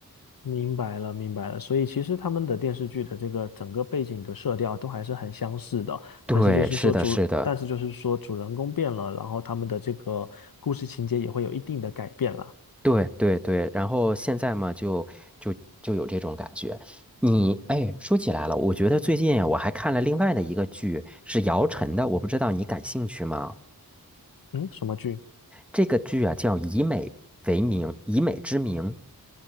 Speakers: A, on the left; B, in the centre.
A: 明白了，明白了。所以其实他们的电视剧的这个整个背景的色调都还是很相似的，
B: 对，
A: 但是就是说主，
B: 是的，是的。
A: 但是就是说主人公变了，然后他们的这个故事情节也会有一定的改变啦。
B: 对对对，然后现在嘛，就就就有这种感觉。你哎，说起来了，我觉得最近呀，我还看了另外的一个剧，是姚晨的，我不知道你感兴趣吗？
A: 嗯，什么剧？
B: 这个剧啊叫《以美为名》，以美之名。